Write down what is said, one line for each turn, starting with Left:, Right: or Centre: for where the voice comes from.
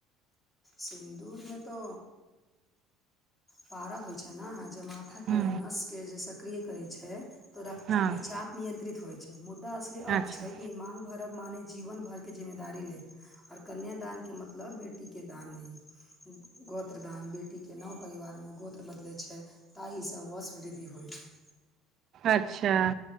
Left: सिन्दूरमे तो पारा होइ छै ने जे माथाके
Right: हूँ
Left: नसके जे सक्रिय करै छै तऽ रक्तचाप
Right: हँ
Left: नियन्त्रित होइ छै मुद्दा असली अर्थ
Right: अच्छा
Left: छै कि माँग भरब माने जीवन भरिके जिम्मेदार लेब और कन्यादानके मतलब बेटीके दान नहि गोत्र दान बेटीके नव परिवारमे गोत्र बदलै छै ताहिसँ वश वृद्धि होइ छै!
Right: अच्छा